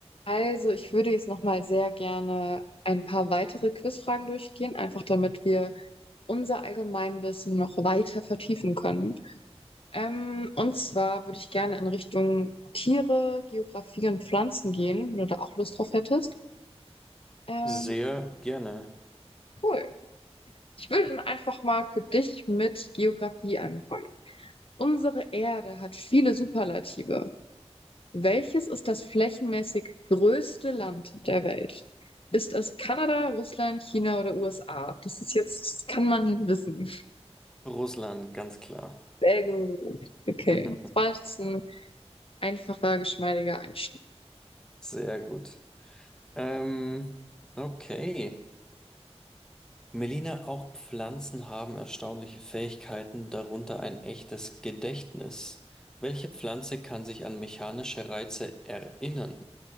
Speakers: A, on the left; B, in the centre.
A: Also, ich würde jetzt nochmal sehr gerne ein paar weitere Quizfragen durchgehen, einfach damit wir unser Allgemeinwissen noch weiter vertiefen können. Ähm, und zwar würde ich gerne in Richtung Tiere, Geografie und Pflanzen gehen, wenn du da auch Lust drauf hättest. Ähm,
B: Sehr gerne.
A: cool. Ich würde dann einfach mal für dich mit Geografie anfangen. Unsere Erde hat viele Superlative. Welches ist das flächenmäßig größte Land der Welt? Ist es Kanada, Russland, China oder USA? Das ist jetzt, das kann man wissen.
B: Russland, ganz klar.
A: Sehr gut. Okay.
B: <laughs>
A: Das war jetzt ein einfacher, geschmeidiger Einstieg.
B: Sehr gut. Ähm, okay. Melina, auch Pflanzen haben erstaunliche Fähigkeiten, darunter ein echtes Gedächtnis. Welche Pflanze kann sich an mechanische Reize erinnern?